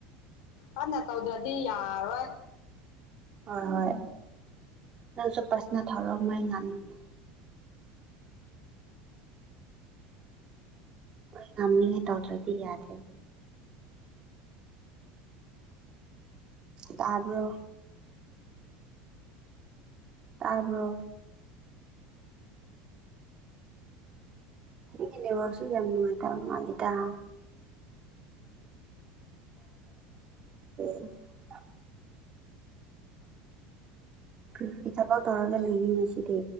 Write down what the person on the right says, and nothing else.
ꯍꯣꯏ ꯍꯣꯏ ꯅꯪꯁꯨ ꯄꯔꯁꯅꯦꯜ ꯊꯔꯛꯑꯣ ꯃꯣꯏ ꯉꯝꯅꯤꯌꯦ ꯍꯣꯏ ꯉꯝꯃꯤꯒꯩ ꯇꯧꯗ꯭ꯔꯗꯤ ꯌꯥꯗ꯭ꯗꯦ ꯇꯕ꯭ꯔꯣ ꯇꯥꯕ꯭ꯔꯣ ꯅꯪꯒꯤ ꯅꯦꯠꯋꯥꯛꯁꯨ ꯌꯥꯝ ꯅꯨꯡꯉꯥꯏꯇꯕ ꯃꯥꯜꯂꯤꯗ <unintelligible> ꯀꯔꯤ ꯊꯕꯛ ꯇꯧꯔꯒ ꯂꯩꯅꯤ ꯉꯁꯤꯗꯤ